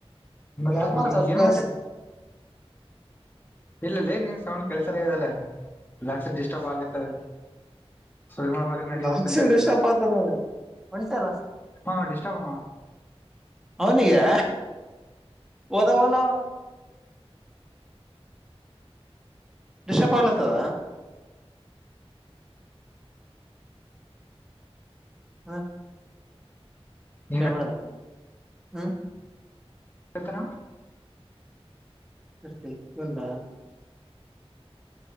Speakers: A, on the left; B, in the centre.
A: ಮತ್ತ
B: ಯಾಕಮಾಡಿದಿ
A: ಹುಡ್ಗಿ
B: ಸರ್ಪ್ರೈಸ್.
A: ಏನ್ ಇಲ್ಲಲ್ಲೆ ನೀನ್ ಸೌಂಡ್ ಕೇಳಿಸಲಾಗದಲ್ಲಾ ರಾತ್ರಿಡಿಸ್ಟರ್ಬ್ ಆಗ್ಲಕತದೆ. ಸುರಮಾ ಮಾಡಲ ನಡೆಯಲೇ
B: ಲಾಕ್
A: ತನ್ನ.
B: ಸೈಡ್ ಡಿಸ್ಟರ್ಬ್ ಆತದ ನನಗ ಹೊಂಟಲ್ಲ
A: ಹಾ ಡಿಸ್ಟರ್ಬ್.
B: ಅವನಿಗೆ ಓದವಲ್ಲ ಅವ ಡಿಸ್ಟರ್ಬ್ ಹಾಲಕತ್ತದ ಹ್ಮ
A: ಏನ
B: ಕೇಳಬಾರದು ಹ್ಮ್
A: ಏನಂತನ
B: ನಷ್ಟೇ ಬಂದ್ಲಾ